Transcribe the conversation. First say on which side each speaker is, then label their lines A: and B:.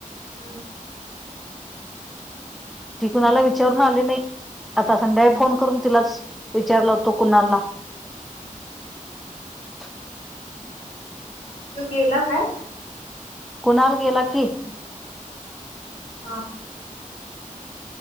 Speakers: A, on the left; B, in the centre.
A: हम्.
B: ती कुणाला विचारून आली नाही. आता संध्याळी फोन करून तिलाच विचारला होतो कुणालला. <inaudible>
A: तो गेला काय?
B: कुणाल गेला की.
A: हा हा. <inaudible>